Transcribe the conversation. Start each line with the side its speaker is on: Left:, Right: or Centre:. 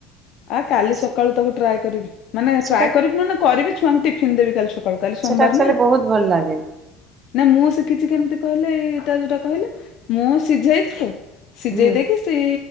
Left: ଆ କାଲି
Right: ସେ
Left: ସକାଳୁ ତାକୁ ଟ୍ରାଏ କରିବି ମାନେ
Right: ସେଟା
Left: ଟ୍ରାଏ କରିବି ମାନେ କରିବି ଛୁଆଙ୍କୁ ଟିଫିନ୍ ଦେବି କାଲି ସ କାଳୁ କାଲି ସୋମବାର
Right: ସେଟା ଆକ୍ଚୁଆଲି
Left: ନା।
Right: ବହୁତ ଭଲ ଲାଗେ
Left: ନା ମୁଁ ଶିକିଚି କେମିତି କହିଲେ ଏଇଟା ଯୋଉଟା କହିଲେ ମୁଁ ସିଝେଇ ଦିଏ ସିଜେଇ
Right: ହୁଁ
Left: ଦେଇକି କି